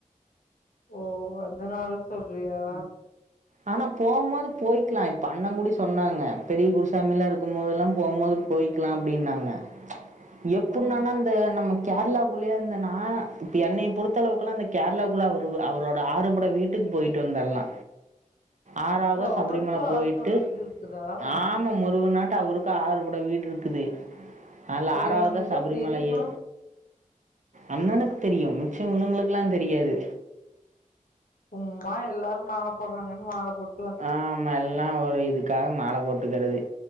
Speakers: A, on the left; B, on the right.
A: ஓ அதனால சொல்றியா
B: அனா போ போது போய்க்லா இப்ப அண்ணங்கூடி சொன்னாங்க பெரிய குருசாமிலா இருக்கு போதெல்லா போ போது போய்க்லா அப்டின்னாங்க எப்புட்ன்னானா
A: ம்
B: தே நம்ம கேரளாக்குள்ளயே இருந்தனா இப்ப என்னைய பொறுத்தளவுக்குல்லா இந்த கேரளாக்குள்ள அவரு அவரோட ஆறுபட வீட் டுக் போய்டு வந்தர்லா ஆறாவதா
A: ஓ
B: சபரிமல
A: அவருக்கு
B: போயிட்டு
A: ஆறு படை வீடு இருக்குதா
B: ஆ ம்ம முருக நாட்ட அவருக்கு ஆறு பட வீடுருக்குது அல
A: இது
B: ஆறாவதா
A: இவங்களுக்குல்லாம்
B: சபரிமலயே
A: தெரியுமா
B: அண்ணனுக்கு தெரியு மிச்ச இவுணுங்களுக்கெல்லா தெரியாது
A: சும்மா எல்லாரு மால போறாங்கன்னு மால போட்
B: ஆமா எல்லா ஒரு இதுக்காக மால போட்டுக்கறது